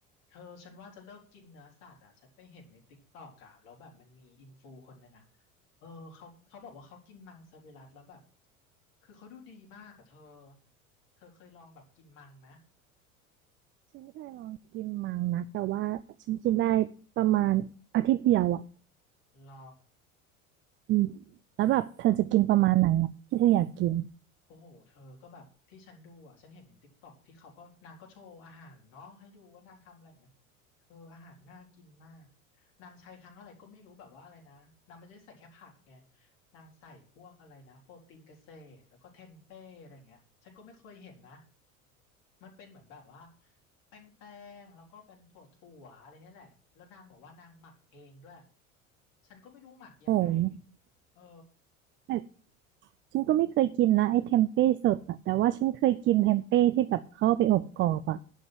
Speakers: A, on the left; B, on the right.
A: เธอฉันว่าจะเลิกกินเนื้อสัตว์อ่ะฉันไปเห็นในติ๊กตอกอ่ะแล้วแบบมันมีอินฟูคนหนึ่งอ่ะเออเขาเขาบอกว่าเขากินมังสวิรัติแล้วแบบคือเขาดูดีมากอ่ะเธอเธอเคยลองแบบกินมังไหม
B: ฉันไม่เคยลองกินมังนะแต่ว่าฉันกินได้ประมาณอาทิตย์เดียวอ่ะ
A: หรอ
B: อืมแล้วแบบเธอจะกินประมาณไหนอ่ะที่เธออยากกิน
A: โอ้โหเธอก็แบบที่ฉันดูอ่ะ ฉันเห็นในติ๊กต็อกที่เขาก็นางก็โชว์อาหารเนาะให้ดูว่านางทำอะไรอย่างเงี้ยเธออาหารน่ากินมากนางใช้ทั้งอะไรก็ไม่รู้แบบว่าอะไรนะนางไม่ได้ใส่แค่ผักไงนางใส่พวกอะไรนะโปรตีนเกษตรแล้วก็เทมเป้อะไรอย่างเงี้ยฉันก็ไม่เคยเห็นนะมันเป็นเหมือนแบบว่าแป้งแป้งแล้วก็เป็นถั่วถั่วอะไรเนี่ยแหละแล้วนางบอกว่านางหมักเองด้วย ฉันก็ไม่รู้หมักยังไง
B: โอ้โห
A: เออ
B: แต่ฉันก็ไม่เคยกินนะไอ้เทมเป้สดอะแต่ว่าฉันเคยกินเทมเป้ที่แบบเข้าไปอบกรอบอ่ะ